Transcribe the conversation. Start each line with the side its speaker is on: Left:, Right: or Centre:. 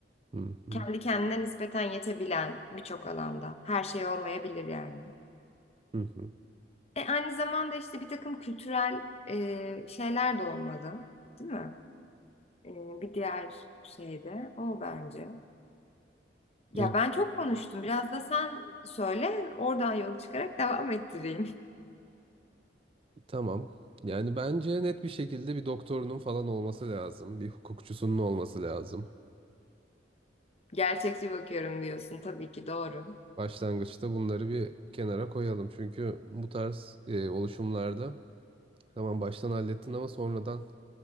Right: Hı hı,
Left: Kendi kendine nispeten yetebilen birçok alanda her şey olmayabilir yani.
Right: hı hı.
Left: E, aynı zamanda işte bir takım kültürel e, şeyler de olmalı, değil mi? E, bir diğer şey de o bence. Ya
Right: Ne-
Left: ben çok konuştum. Biraz da sen söyle, oradan yola çıkarak devam ettireyim. <laughs>
Right: Tamam. Yani bence net bir şekilde bir doktorunun falan olması lazım. Bir hukukçusunun olması lazım.
Left: Gerçekçi bakıyorum diyorsun. Tabii ki doğru.
Right: Başlangıçta bunları bir kenara koyalım. Çünkü bu tarz e, oluşumlarda tamam baştan hallettin ama sonradan